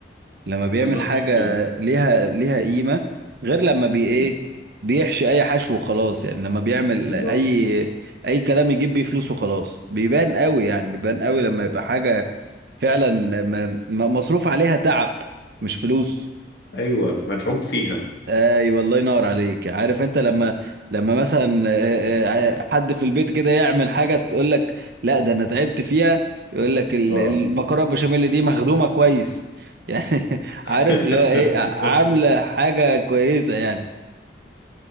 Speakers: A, on the right; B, on the left.
A: لما بيعمل
B: بالظبط
A: حاجة
B: كده
A: ليها ليها قيمة غير لما بي
B: مم.
A: ايه بيحشي أي حشو وخلاص يعني لما بيعمل
B: بالظبط
A: أي أي كلام يجيب بيه فلوس وخلاص بيبان قوي يعني بيبان قوي لما يبقى حاجة فعلا م- م- مصروف عليها تعب مش فلوس
B: ايوه متعوب فيها
A: ايوه الله ينور عليك عارف انت لما لما مثلا آه، آه، حد في البيت كده يعمل حاجه تقول لك لا ده انا تعبت فيها يقول لك ال-
B: اه
A: المكرونه بشاميل دي مخدومه كويس <laughs> يعني
B: <laughs>
A: عارف اللي هو ايه ع- عامله حاجه كويسه يعني